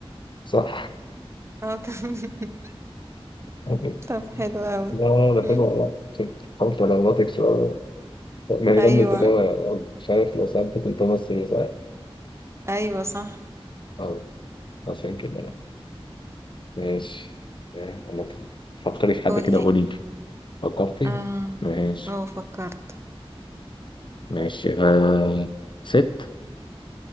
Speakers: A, on the left; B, on the right.
A: صح
B: آه، <laughs> طب
A: <laughs>
B: طب حلو قوي
A: لا لا لا
B: مم.
A: حلو والله حاولت على غلطك شوية مهرجان
B: أيوة
A: التجارة يلا مش عارف لو سألتك أنت مصري ساعة
B: أيوة صح
A: أه عشان كده بقى ماشي أنا فكري في حد
B: قولي
A: كده قولي لي. فكرتي
B: اه
A: ماشي
B: اه فكرت
A: ماشي آه. ست